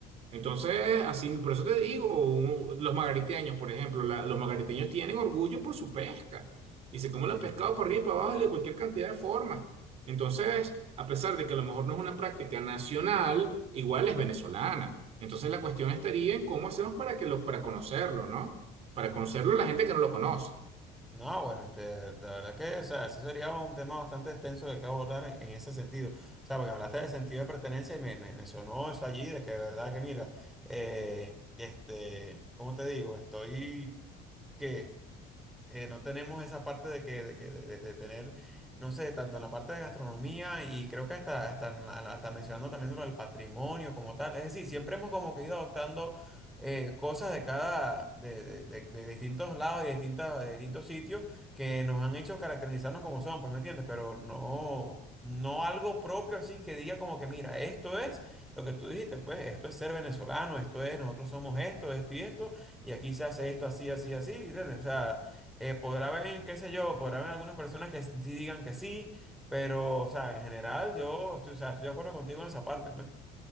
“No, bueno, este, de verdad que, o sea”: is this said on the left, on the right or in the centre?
Centre